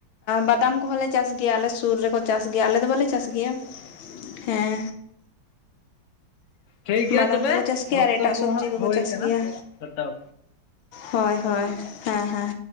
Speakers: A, on the left; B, on the left.
A: ᱵᱟᱫᱟᱢ ᱠᱚᱦᱚᱸᱞᱮ ᱪᱟᱥ ᱜᱮᱭᱟ ᱟᱞᱮ ᱥᱩᱨ ᱨᱮᱠᱚ ᱪᱟᱥ ᱜᱮᱭᱟ ᱟᱞᱮ ᱫᱚ ᱵᱟᱞᱮ ᱪᱟᱥ ᱜᱮᱭᱟ ᱦᱮᱸ᱾
B: ᱴᱷᱤᱠ ᱜᱮᱭᱟ
A: ᱵᱟᱫᱟᱢ
B: ᱛᱚᱵᱮ
A: ᱠᱚᱠᱚ ᱪᱟᱥ ᱜᱮᱭᱟ
B: ᱚᱠᱛᱚ
A: ᱟᱨ ᱮᱴᱟᱜ
B: ᱠᱚ
A: ᱥᱚᱵᱡᱤ
B: ᱦᱟᱸᱜ
A: ᱠᱚᱠᱚ
B: ᱦᱩᱭ
A: ᱪᱟᱥ
B: ᱠᱟᱱᱟ
A: ᱜᱮᱭᱟ᱾
B: ᱠᱟᱴᱟᱣ
A: ᱦᱚᱭ ᱦᱚᱭ ᱦᱮᱸ ᱦᱮᱸ᱾